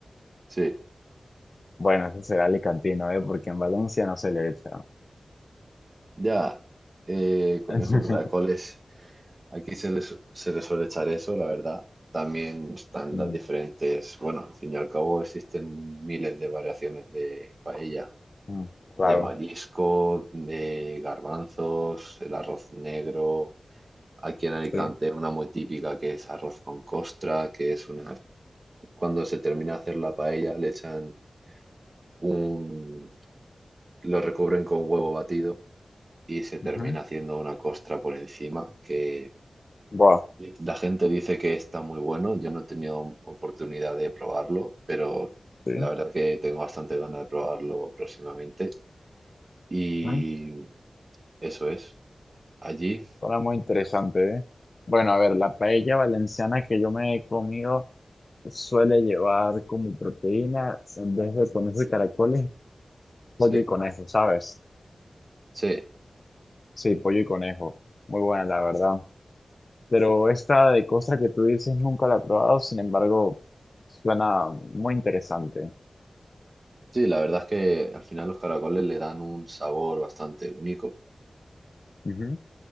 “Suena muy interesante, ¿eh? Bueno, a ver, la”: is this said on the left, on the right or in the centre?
Left